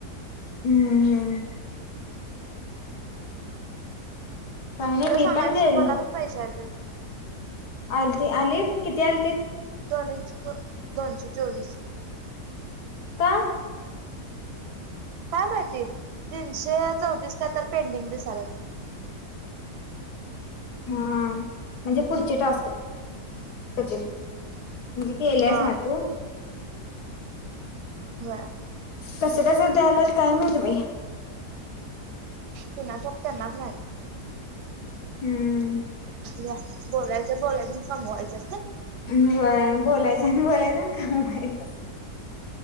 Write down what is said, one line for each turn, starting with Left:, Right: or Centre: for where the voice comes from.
Left: हम्म हम्म. काय नाही
Right: जर
Left: मी
Right: सांगायचसं
Left: पण गेलो
Right: मला पण पैशे आलेत
Left: आलती आली किती आलती?
Right: दोन दोनशे चोवीस
Left: काय?
Right: काय माहिती तीनशे चौतीस काहि तरी पेंडिंग दिसायाले
Left: हा हा म्हणजे पुढचे टास्क म्हणजे के केलेस
Right: हा
Left: ना तू?
Right: बर.
Left: कसे कसे द्यालात काय माहित बाई
Right: पुणाचकत ना फ <unintelligible>
Left: हम्म.
Right: या बोलायचं बोलायचं म कमवायचं
Left: होय बोलायचं आणि बोलायचं कमवायचं